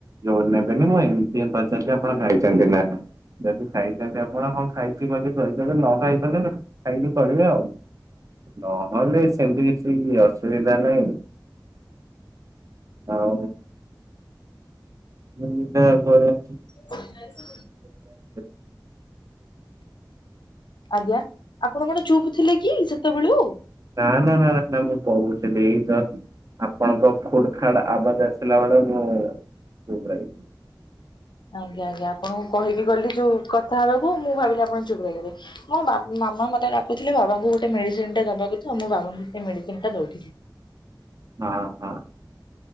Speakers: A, on the right; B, on the left.
A: ଜୋର ନେବେନି ମୁଁ ଏମିତି ହିଁ ପଚାରିଲି ଆପଣ ଖାଇଛନ୍ତି ନାଁ ନାଇଁ। ଯଦି ଖାଇଛନ୍ତି ଆପଣ ହଁ ଖାଇଚି ବୋଲି କହିଦେବେ ନ ଖାଇଥିଲେ ଖାଇବି କହିବେ ଆଉ। ନହେଲେ ସେମିତି କିଛି ଅସୁବିଧା ନାହିଁ। ହଉ। ମୁଁ ବିଦା ଫୋନ <inaudible>
B: <inaudible>
A: <inaudible>
B: ଆଜ୍ଞା ଆପଣ କଣ ଚୁପ୍ ଥିଲେ କି ସେତବେଳୁ?
A: ନାଁ ନାଁ ମାରା ନାଁ ମୁଁ କହୁଥିଲି ଏଇ ଜଷ୍ଟ୍ ଆପଣଙ୍କ ଖୁଡୁ଼ ଖାଡ଼୍ ଆବାଜ ଆସିଲା ବେଳେ ମୁଁ ଚୁପ୍ ରହିଲି।
B: ଆଜ୍ଞା ଆଜ୍ଞା ଆପଣଙ୍କୁ କହିକି ଗଲି ଯୋଉ କଥା ହବାକୁ ମୁଁ ଭାବିଲି ଆପଣ ଚୁପ୍ ରହିଗଲେ। ମୋ ମା ମାମା ମତେ ଡାକୁୁଥୁଲେ ବାବାଙ୍କୁ ଗୋଟେ ମେଡ଼ିସିନ୍ ଟେ ଦବାକୁ ତ ମୁଁ ବାବାଙ୍କୁ ସେ ମେଡ଼ିସିନ୍ ଟା ଦଉଥିଲି।
A: ହଁ ହଁ।